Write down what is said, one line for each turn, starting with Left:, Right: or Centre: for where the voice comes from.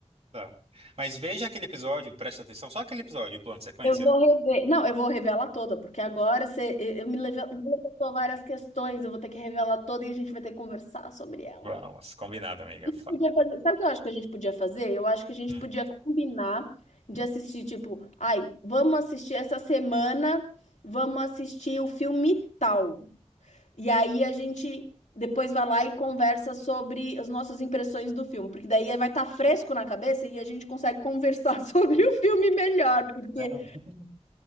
Right: Tá. Mas veja aquele episódio, preste atenção, só aquele episódio, o plano de sequência.
Left: eu vou rever. Não, eu vou revelar toda, porque agora você eu eu me leve- me levantou várias questões, eu vou ter que revelar toda e a gente vai ter que conversar sobre ela.
Right: Vamos, combinado, amiga. Fa-
Left: Podia fazer- Sabe o que eu acho que a gente podia fazer? Eu acho que a gente
Right: Hum.
Left: podia combinar de assistir, tipo, ai, vamos assistir essa semana, vamos assistir o filme tal. E aí a gente depois vai lá e conversa sobre as nossas impressões do filme, porque daí vai estar fresco na cabeça e a gente consegue <laughs> conversar sobre o filme melhor, porque
Right: <laughs>